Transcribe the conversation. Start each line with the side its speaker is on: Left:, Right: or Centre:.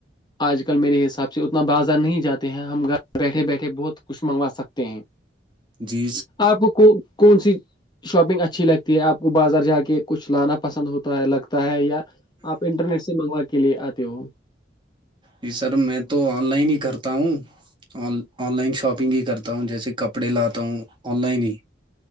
Left: اج کل میرے حساب سے اتنا بازار نہیں جاتے ہیں ہم بیٹھے بیٹھے بہت خوش منگوا سکتے ہیں
Right: جی
Left: اپ کو کون سی شاپنگ اچھی لگتی ہے اپ کو بازار جا کے کچھ لانا پسند ہوتا ہے لگتا ہے یا اپ انٹرنیٹ سے منگوانے کے لیے اتے ہو
Right: جی سر میں تو ان لائن ہی کرتا ہوں ان لائن شاپنگ ہی کرتا ہوں جیسے کپڑے لاتا ہوں ان لائن ہی